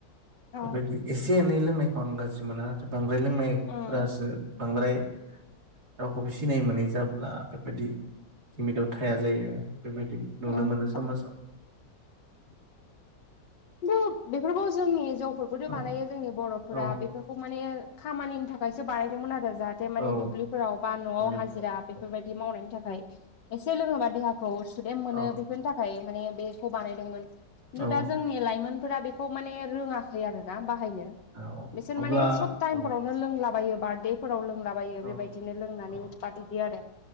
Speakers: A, on the left; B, on the right.
A: औ
B: बेबायदि एसे एनै लोंनायखौ आं गाज्रि मोना आरो बां द्राय लोंनायफोरासो
A: उम
B: बांद्राय रावखौबो सिनाय मोनै जाब्ला बेफोरबायदि लिमिटाव थाया जायो। बेबायदि नुनो
A: उम
B: मोनो <inaudible>
A: दोत बेफोरखौ जोंनि हिनजावफोरखौथ
B: औ
A: बानायो जोंनि बर'फोरा
B: औ
A: बेफोरखौ माने खामानिनि थाखायसो बानायदोंमोन आरो जाहाथे मानिे
B: औ
A: दुब्लिफोराव बा नवाव
B: दुब्लिफ्राव
A: हाजिरा बेफोरबायदि
B: औ
A: मावनायनि थाखाय एसे लोङोबा देहाखौ सुदेम मोनो
B: औ
A: बेफोरनि थाखाय माने बेखौ बानायदोंमोन खिन्थु
B: औ
A: दा जोंनि लाइमोनफोरा बेखौ माने रोङा खै आरोना बाहायनो
B: औ
A: बिसोर
B: अब्ला
A: माने सब टाइम
B: औ
A: फोरावनो लोंलाबायो बार्देफोरावनो लोंलाबायो
B: औ
A: बेबायदिनो लोंनानै
B: औ
A: उद पाद इदि आरो